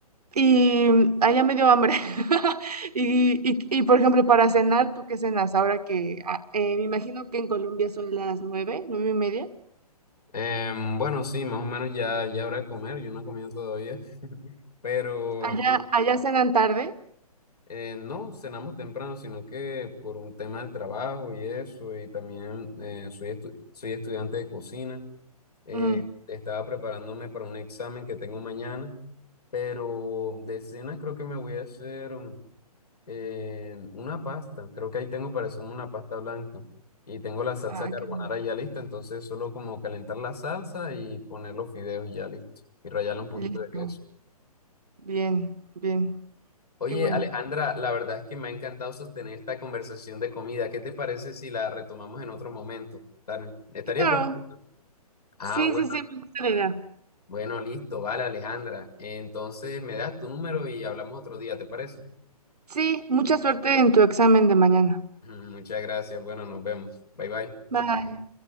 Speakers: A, on the right; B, on the left.
A: y mm, ay, ya me dio hambre. <laughs> Y, y, y, por ejemplo, para cenar, ¿tú qué cenas? Ahora que ah, eh, me imagino que en Colombia son las nueve, nueve y media.
B: Em, bueno, sí, más o menos ya, ya hora de comer, yo no he comido todavía, pero
A: Allá, allá cenan tarde.
B: eh, no cenamos temprano, sino que por un tema del trabajo y eso, y también eh, soy, estu- soy estudiante de cocina, eh,
A: Mm.
B: estaba preparándome para un examen que tengo mañana, pero de cenas creo que me voy a hacer... Eh, una pasta, creo que ahí tengo para hacerme una pasta blanca. Y tengo la salsa
A: Ah,
B: carbonara
A: qué bien.
B: ya lista, entonces solo como calentar la salsa y poner los fideos y ya listo. Y rallarle un poquito
A: Listo.
B: de queso.
A: Bien, bien.
B: Oye,
A: Qué bueno.
B: Alejandra, la verdad es que me ha encantado sostener esta conversación de comida. ¿Qué te parece si la retomamos en otro momento? Estar- Estaría
A: Claro.
B: perfecto. Ah,
A: Sí,
B: bueno,
A: sí, sí, me gusta la idea.
B: bueno, listo, vale, Alejandra. Entonces me das tu número y hablamos otro día, ¿te parece?
A: Sí, mucha suerte en tu examen de mañana.
B: <laughs> Muchas gracias. Bueno, nos vemos. Bye bye.
A: Bye.